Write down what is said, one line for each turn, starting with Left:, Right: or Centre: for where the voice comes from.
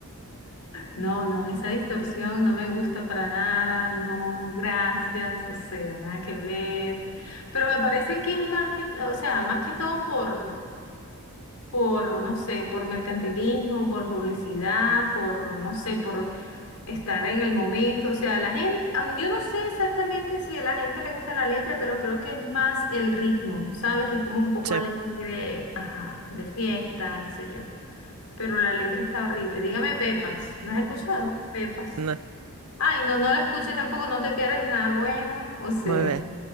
Left: no, no, esa distorsión no me gusta para nada, no, gracias, o sea, nada que ver. Pero me parece que es más que, o sea, más que todo por, por, no sé, por mercantilismo, por publicidad, por, no sé, por estar en el momento, o sea, la gente, ah, yo no sé exactamente si a la gente le gusta la letra, pero creo que es más el ritmo, ¿sabes? Que es como un poco
Right: Sí,
Left: alegre, ajá, de fiesta, qué sé yo. Pero la letra está horrible. Dígame Pepas, ¿no has escuchado? Pepas.
Right: no,
Left: Ay, no, no la escuches tampoco, no te pierdes de nada bueno, o sea,
Right: muy bien.